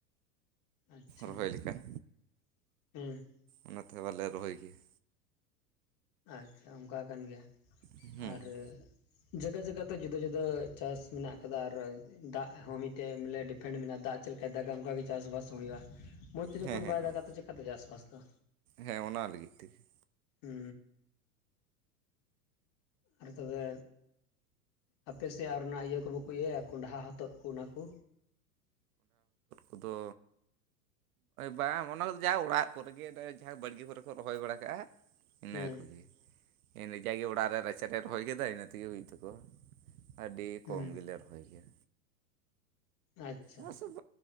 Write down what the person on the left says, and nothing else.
ᱟᱪᱪᱷᱟ
<unintelligible>
ᱟᱪᱪᱷᱟ ᱚᱱᱠᱟ ᱟᱠᱟᱱ ᱜᱮᱭᱟ
ᱟᱨ ᱡᱟᱭᱜᱟ ᱡᱟᱭᱜᱟ ᱛᱮ ᱡᱩᱫᱟᱹ ᱡᱩᱫᱟᱹ ᱪᱟᱥ ᱢᱮᱱᱟᱜ ᱟᱠᱟᱫᱟ ᱟᱨ ᱫᱟᱜ ᱦᱚᱸ ᱢᱤᱫᱴᱮᱡ ᱢᱮᱞᱮ ᱰᱤᱯᱮᱱᱰ ᱢᱮᱱᱟᱜ ᱫᱟᱜ ᱪᱮᱫ ᱞᱮᱠᱟᱭ ᱫᱟᱜᱟᱭ ᱚᱱᱠᱟ ᱜᱮ ᱪᱟᱥ ᱵᱟᱥ ᱦᱩᱭᱩᱜᱼᱟ ᱢᱚᱸᱡᱽ ᱛᱮ ᱡᱚᱠᱷᱚᱱ
ᱵᱟᱭ
ᱫᱟᱜᱟᱭ ᱛᱚ ᱪᱮᱠᱟᱛᱮ ᱦᱩᱭᱩᱜ -ᱟ ᱪᱟᱥ ᱵᱟᱥ ᱫᱚ
ᱦᱩ ᱟᱨ ᱛᱚᱵᱮ ᱟᱯᱮ ᱥᱮᱭᱟ ᱚᱱᱟ ᱤᱭᱟᱹ ᱠᱚ ᱵᱟᱠᱚ ᱤᱭᱟᱹᱭᱟ ᱠᱚᱸᱰᱟ ᱦᱚᱛᱚᱫ ᱠᱚ ᱚᱱᱟ ᱠᱳ
ᱦᱮᱸ
ᱦᱩᱸ
ᱟᱪᱪᱷᱟ